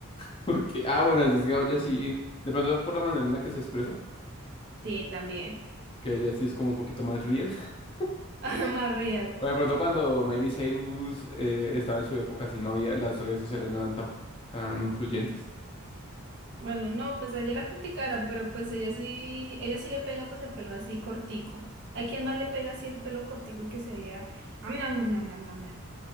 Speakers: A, on the left; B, on the right.
A: porque, ah, bueno, así es que ya sí, de pronto por la manera en la que se expresa,
B: Sí, también.
A: que ella sí es como un poquito más real. <laughs>
B: <laughs> Más real.
A: O de pronto cuando Miley Cyrus eh, estaba en su época, así no había, las redes sociales no eran tan, tan influyentes.
B: Bueno, no, pues a ella la criticaron, pero pues ella sí, ella sí le pega pues el pelo así cortico. ¿A quién más le pega así el pelo cortico y que se vea? Ah, mira, mira, mira, mira, mira, mira.